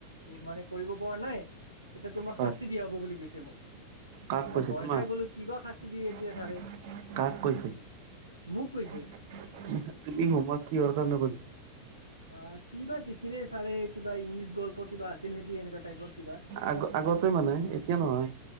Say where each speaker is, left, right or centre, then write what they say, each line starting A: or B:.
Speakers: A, on the right (about 90°); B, on the right (about 50°).
A: মানে কৰিব পৰা নাই এতিয়া তোমাক
B: হয়
A: দিয়া হ'ব বুলি কৈছে মোক।
B: কাক
A: মই
B: কৈছে
A: ভয়
B: তোমাৰ?
A: খাই গ'লো কিবা শাস্তি দিয়ে
B: কাক
A: এতিয়া ছাৰে
B: কৈছে।
A: মোক কৈছে
B: তুমি হোমৱৰ্ক কিহৰ কাৰণে কৰিছাঁ?
A: অ কি বা দিছিলে ছাৰে, কিবা ইংলিছ গল্প কিবা আছিল নেকি এনেকুৱা টাইপৰ কিবা।
B: আগ আগতে মানে এতিয়া নহয়।